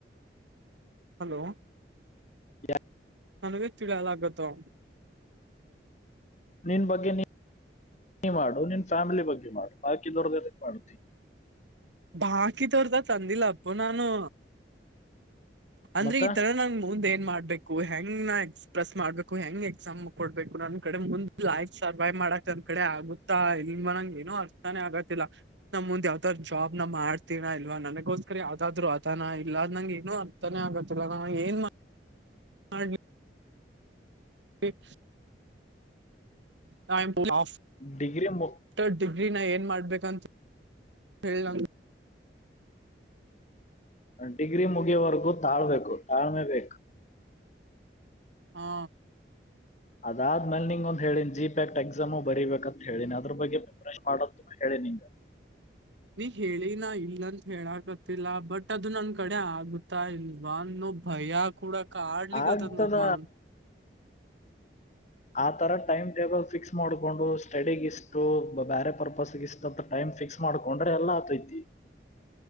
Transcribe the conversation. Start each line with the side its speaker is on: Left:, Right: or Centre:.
Right: ಹಲೋ
Left: ಯ
Right: ನನಗ ತಿಳಿಲ್ಯಾಗತ್ತ
Left: ನಿನ್ ಬಗ್ಗೆ ನೀ ನೀ ಮಾಡು ನಿನ್ ಫ್ಯಾಮಿಲಿ ಬಗ್ಗೆ ಮಾಡು ಭಾಕಿದವರದ ಏದಕ್ ಮಾಡ್ತಿ.
Right: ಬಾಕಿದವರದು ಅತ್ತ ಅಂದಿಲ್ಲ ಅಪ್ಪು ನಾನು. ಅಂದ್ರ
Left: ಮತ್ತ
Right: ಈ ತರ ನಂದ ಮುಂದ ಏನ್ ಮಾಡ್ಬೇಕು ಹೆಂಗ ನಾ ಎಕ್ಸ್ಪ್ರೆಸ್ ಮಾಡ್ಬೇಕು ಹೆಂಗ ಎಕ್ಸಾಮ ಕೊಡ್ಬೇಕ. ನನ್ ಕಡೆ ಮುಂದ ಲೈಫ್ ಸರ್ವೈವ ಮಾಡಕ್ ನನ್ನ ಕಡೆ ಆಗುತ್ತಾ ಇಲ್ವಾ ನಂಗ ಏನು ಅರ್ಥಾನೇ ಆಗತ್ತಿಲ್ಲ. ನಾ ಮುಂದ ಯಾವ್ದಾರ ಜಾಬ್ ನ ಮಾಡ್ತೀನಾ ಇಲ್ವಾ ನನಗೋಸ್ಕರ ಯಾವ್ದಾದ್ರು ಅದಾನ ಇಲ್ಲಾ ನಂಗೇನು ಏನು ತನ ಆಗತ್ತಿಲ್ಲ ನಾ ಏನ್ ಮಾಡ್ಲಿ <inaudible> ಟೈಮ್ ಫುಲ್ ಆಫ್
Left: ಡಿಗ್ರಿ ಮು
Right: <unintelligible> ಡಿಗ್ರಿನ ಏನ್ ಮಾಡ್ಬೇಕಂತ ಹೇಳ ನ
Left: ಡಿಗ್ರಿ ಮುಗಿಯವರೆಗೂ ತಾಳ್ಬೇಕು ತಾಳ್ಮೆ ಬೇಕ.
Right: ಹಾ
Left: ಅದಾದ್ಮೇಲ ನಿಂಗ ಒಂದ ಹೇಳಿನಿ ಜಿ ಪ್ಯಾಕ್ ಎಕ್ಸಾಮು ಬರಿಬೇಕ ಅತ್ತ ಹೇಳಿನಿ ಅದ್ರ ಬಗ್ಗೆ ಪ್ರಿಪರೇಷನ್ ಮಾಡ ಹೇಳೀನಿ.
Right: ನೀ ಹೇಳಿ ನಾ ಇಲ್ಲಂತ ಹೇಳಕತ್ತಿಲ್ಲ ಬಟ್ ಅದು ನನ್ ಕಡೆ ಆಗುತ್ತಾ ಇಲ್ವಾನ್ನೋ ಭಯ. ಕೂಡ ಕಾಡ್ಲಿ
Left: ಆಗ್ತದ
Right: ಕತ್ತದ ನೋಪಾ
Left: ಆ ತರ ಟೈಮ್ ಟೇಬಲ್ ಫಿಕ್ಸ್ ಮಾಡ್ಕೊಂಡು ಸ್ಟಡಿಗ ಇಷ್ಟು ಬೇರೆ ಪರ್ಪಸ್ಗ ಇಷ್ ಸ್ವಲ್ಪ ಟೈಮ ಫಿಕ್ಸ್ ಮಾಡಕೊಂಡ್ರೆ ಎಲ್ಲ ಆಗ್ತೈತಿ.